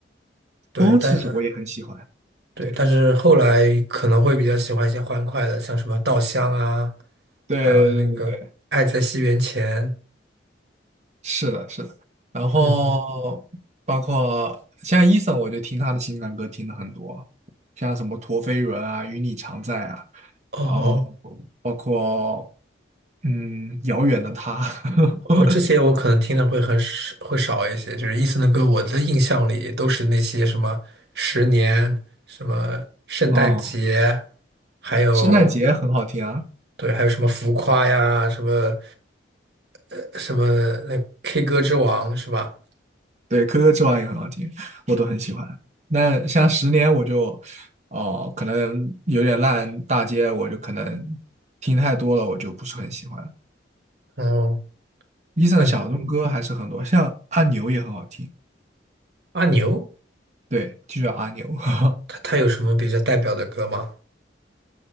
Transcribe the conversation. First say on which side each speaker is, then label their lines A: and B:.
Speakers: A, on the right (about 60°); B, on the right (about 40°).
A: 对，
B: 风其实我也很喜欢。
A: 但对，
B: 对
A: 但是后来可能会比较喜欢一些欢快的，像什么《稻香》啊，
B: 对对对对
A: 还有那个《爱在西元前》。
B: 是的，是的，然后包括像
A: 嗯，
B: Eason，我就听他的情感歌听的很多，像什么陀飞轮啊、与你常在啊，
A: 哦哦，
B: 然后包括嗯遥远的他，<laughs>
A: 哦，这些我可能听的会很少，会少一些。就是伊森的歌，我的印象里都是那些什么《十年》、什么《圣诞节》，
B: 哦，
A: 还有
B: 圣诞节很好听啊，
A: 对，还有什么《浮夸》呀，什么呃什么那 K 歌之王是吧？
B: 对，可可之王也很好听，我都很喜欢。那像十年我就哦，可能有点烂大街，我就可能听太多了，我就不是很喜欢。
A: 哦，
B: Eason
A: 那
B: 的小众歌还是很多，像阿牛也很好听。
A: 阿牛
B: 对，就叫阿牛。<laughs>
A: 他他有什么比较代表的歌吗？